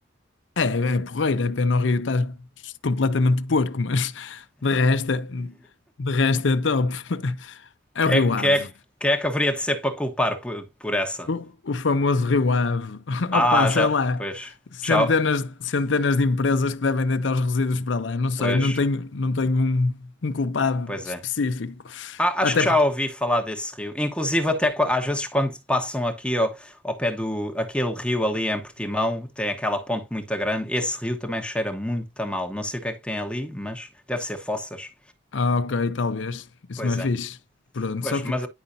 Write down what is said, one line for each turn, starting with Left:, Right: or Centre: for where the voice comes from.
Left: é, é porreiro, é pena o rio estás completamente porco, mas <laughs> de resto, é- de resto é top. <laughs> É
Centre: Quem
Left: o Rio
Centre: é, quem
Left: Ave.
Centre: é- quem é que haveria de ser para culpar por, por essa?
Left: O, o famoso Rio Ave. <laughs>
Centre: Ah,
Left: Opa, sei
Centre: já,
Left: lá,
Centre: pois,
Left: centenas,
Centre: já,
Left: centenas de empresas que devem deitar os resíduos para lá. Não sei,
Centre: pois,
Left: não tenho, não tenho um, um culpado
Centre: pois
Left: específico.
Centre: é. Ah,
Left: Até
Centre: acho que já
Left: porque.
Centre: ouvi falar desse rio. Inclusive até qua- às vezes quando passam aqui ao, ao pé do, aquele rio ali em Portimão, tem aquela ponte muito grande. Esse rio também cheira muito a mal. Não sei o que é que tem ali, mas deve ser fossas.
Left: Ah, ok, talvez. Isso
Centre: Pois
Left: não é
Centre: é.
Left: fixe. Pronto,
Centre: Pois,
Left: só que
Centre: mas,